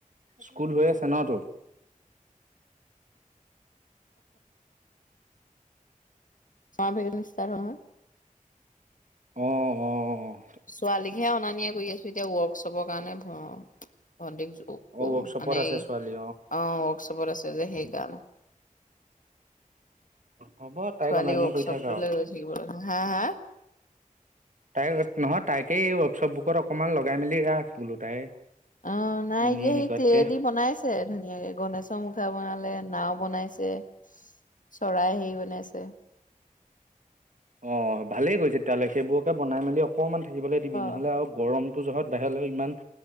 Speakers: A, on the right (about 65°); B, on the left (about 70°).
A: স্কুল হৈ আছে ন তোৰ।
B: চমাভিকেছন ষ্টাৰ্ট হ'ল নহয়।
A: অঁ অঁ
B: ছোৱালীকহে অনা নিয় কৰি আছো এতিয়া ৱৰ্কশ্বপৰ কাৰণে অ
A: ৱৰ্কশ্বপত
B: মানে
A: আছে ছোৱালী
B: অ ৱৰ্কশ্বপত আছে যে সেইকাৰনে <unintelligible>
A: হ'ব তাইক
B: ছোৱালী
A: অনা নিয়া
B: ৱৰ্কশপ
A: কৰি থাক
B: ত
A: আৰু
B: ৰৈ হা হা
A: তাই নহয় তাকেই ৱৰ্কশ্বপ বুৰত অকণমান লগাই মেলি ৰা আছে বোলো তাই
B: অ নাই
A: এনেই
B: এটিয়া
A: শিকোৱাতকে
B: সেই কদি <unintelligible> বনাইছে ধুনীয়াকে গণেশৰ মুখা বনালে নাও বনাইছে চৰাই হেৰি বনাইছে
A: অ ভালেই কৰিছে তেতিয়াহ'লে সেইবোৰকে বনাই মেলি অকমান থাকিবলৈ দিবি, নহ'লে
B: অ
A: আৰু গৰম তোৰ জহত বাহিৰলৈ ইমান